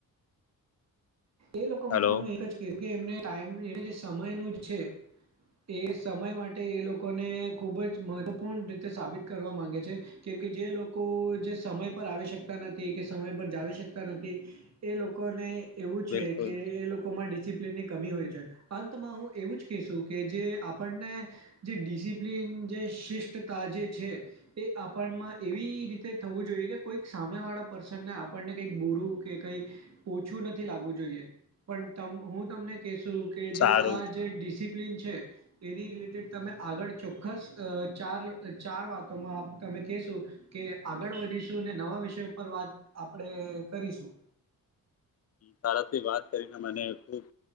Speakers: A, on the right; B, on the left.
A: એ લોકો માટે
B: હલો
A: હું એક જ કું કે એમને ટાઈમ એ જે સમય નું જ છે એ સમય માટે એ લોકોને ખૂબ જ મહત્વપૂર્ણ રીતે સાબિત કરવા માંગે છે. કેમકે જે લોકો જે સમય પર આવી શકતા નથી કે સમય પર જાવી શકતા નથી એ લોકો ને એવું છે
B: બિલકુલ
A: કે
B: હમ.
A: એ લોકો માં ડિસિપ્લનની કમી હોય છે અંતમાં હું એવું જ કહીશું કે જે આપણને જે ડિસિપ્લિન જે શિષ્ટતા જે છે એ આપણમાં એવી રીતે થવું જોઈએ કે કોઈક સામે વાળા પર્સનને આપણને કંઈક બોરું કે કઈ ઓછું નથી લાગવું જોઈએ પણ હું તમને કેશું કે જે
B: સારું
A: આ
B: હમ,
A: જે ડિસિપ્લન છે એની રિલેટેડ તમે આગળ ચોક્કસ ચાર ચાર વાતોમાં આપ તમે કેશો કે આગળ વધીશું નવા વિષય પર વાત આપણે કરીશું
B: તળાથી વાત કરીને મને ખુબ